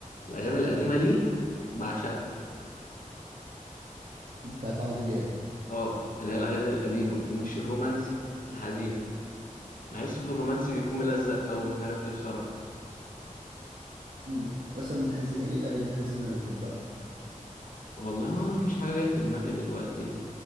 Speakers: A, on the left (about 75°); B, on the right (about 85°).
A: الاغاني القديمه
B: مم.
A: ليه بعشقها
B: بتاعت عمرو دياب
A: اه اللي هي الاغاني القديمه ومش الرومانسي الحزين بحسه في الرومانسي بيكون ملزق أوي مش عارف ليه بصراحة
B: مم. مثلا من الحزينه ايه الاغاني الحزينه اللي بتحبها
A: والله أنا مفيش حاجة جاية في دماغي دلوقتي